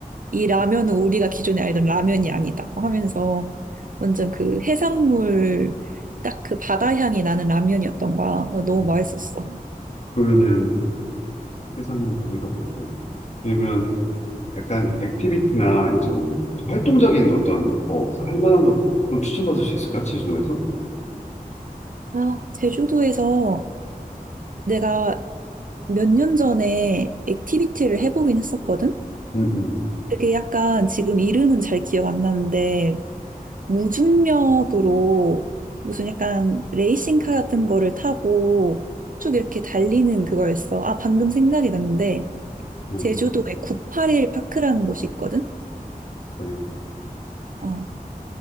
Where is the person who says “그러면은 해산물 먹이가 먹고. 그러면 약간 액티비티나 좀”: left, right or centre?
Left